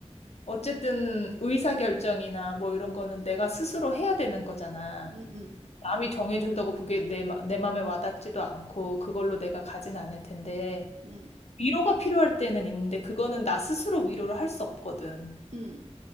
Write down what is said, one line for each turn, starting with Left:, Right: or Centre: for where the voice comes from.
Left: 어쨌든 의사결정이나 뭐 이런 거는 내가 스스로 해야 되는 거잖아.
Right: 응, 응.
Left: 남이 정해준다고 그게 내, 마- 내 마음에 와닿지도 않고, 그걸로 내가 가진 않을 텐데,
Right: 응.
Left: 위로가 필요할 때는 있는데, 그거는 나 스스로 위로를 할 수 없거든.
Right: 응.